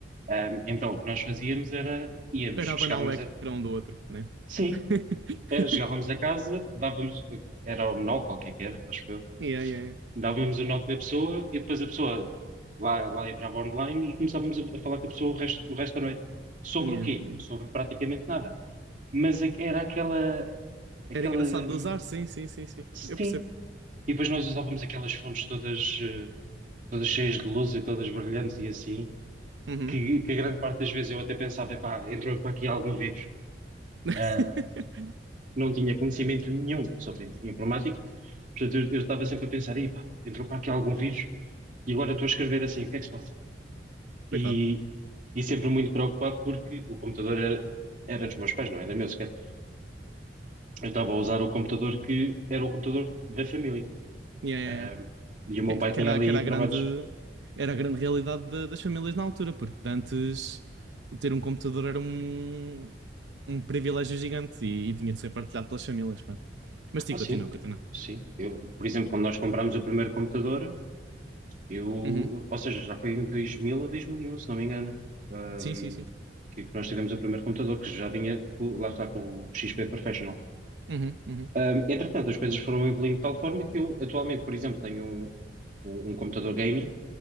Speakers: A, on the right; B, on the right.
A: Ahm, então, o que nós fazíamos era, íamos,
B: Era abanar
A: chegávamos
B: o ecrã
A: a,
B: um do outro, né?
A: sim,
B: <laughs>
A: eh, chegávamos a casa, dávamos, era o knock, ou o que é que era, acho que eu,
B: Yeah, yeah,
A: dávamos o knock da pessoa e depois a pessoa lá, lá entrava online e começávamos a, a falar com a pessoa o resto, o resto da noite. Sobre
B: yeah,
A: o quê?
B: yeah.
A: Sobre praticamente nada. Mas é que era aquela, aquela,
B: Era engraçado
A: hum,
B: de usar, sim, sim, sim, sim.
A: sim.
B: Eu percebo.
A: E depois nós usávamos aquelas fontes todas, eh, todas cheias de luz e todas brilhantes e assim,
B: Uhum.
A: que, que a grande parte das vezes eu até pensava, epá, entrou para aqui algum vírus.
B: <laughs>
A: Ah, não tinha conhecimento nenhum sobre informática. Portanto, eu, eu estava sempre a pensar, "Ei, pá, entrou para aqui algum vírus e agora estou a escrever assim, o que é que se passa?
B: Coitado.
A: E, e sempre muito preocupado porque o computador era, era dos meus pais, não era meu sequer. Eu estava a usar o computador que era o computador da família.
B: Yeah, yeah,
A: Ahm,
B: yeah.
A: e o meu
B: Que,
A: pai
B: que
A: tinha
B: era,
A: ali
B: que era a
A: trabalhos.
B: grande, era a grande realidade da- das famílias na altura, porque de antes ter um computador era um, um privilégio gigante e, e tinha de ser partilhado pelas famílias. pá. Mas sim,
A: Ah,
B: continua,
A: sim,
B: continua.
A: sim. Eu, por exemplo, quando nós comprámos o primeiro computador, Eu,
B: Uhum.
A: ou seja, já foi em 2000 ou 2001, se não me engano, ahm,
B: Sim, sim, sim.
A: que, que nós tivemos o primeiro computador, que já vinha, com- lá está, com o XP Professional.
B: Uhum, uhum,
A: Ahm, entretanto, as coisas foram evoluindo de tal forma que eu, atualmente, por exemplo, tenho um, um- um computador gaming,